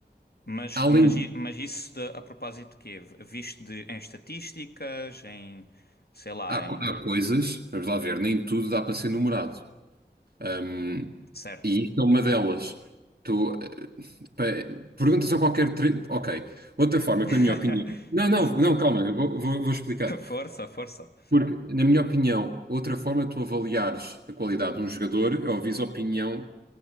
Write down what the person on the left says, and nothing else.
Mas,
mas, i- mas isso de, a propósito de quê? Visto de, em estatísticas, em, sei lá,
em...
Certo.
<laughs>
Força, força.